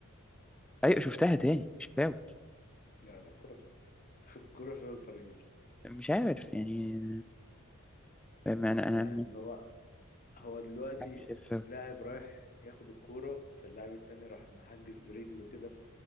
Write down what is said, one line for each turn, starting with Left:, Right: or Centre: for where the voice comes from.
Centre: ايوه شفتها تاني مش فاول
Left: لا لا كرة فاول <laughs> كرة فاول صريح
Centre: مش عارف يعني فاهم؟ انا انا
Left: يعني
Centre: مش
Left: هو هو دلوقتي
Centre: عارف شايف فاول
Left: لاعب رايح ياخد الكورة فاللاعب التاني راح محجز برجله كده